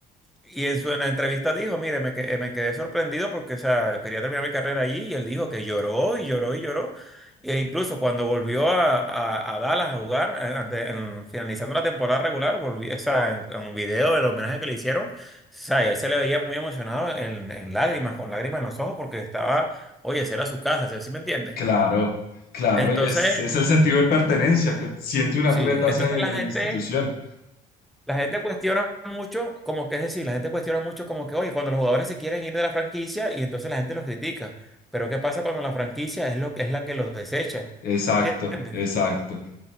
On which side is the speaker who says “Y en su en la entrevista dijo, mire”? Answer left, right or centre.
Centre